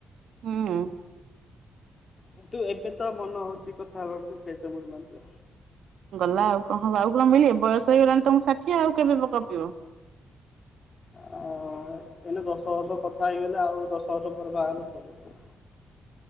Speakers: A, on the right; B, on the left.
A: ହଁ,
B: କିନ୍ତୁ ଏବେ ତ ମନେ ହଉଛି, କଥା ହେବାକୁ କେହିତ ମିଳୁନାନ୍ତି ଆଉ
A: ଗଲା ଆଉ କଣ ହଁ ଆଉ କଣ ମିଳ ବୟସ ହେଇଗଲାଣି, ତମକୁ ଷାଠିଏ ଆଉ କେବେ ପକ ଗପିିବ,
B: ହ। ହେଲେ ଦଶ ବର୍ଷ କଥା ହେଇଗଲେ ଆଉ ଦଶ ବର୍ଷ ପରେ ବାହା ହେ ଚଳିବ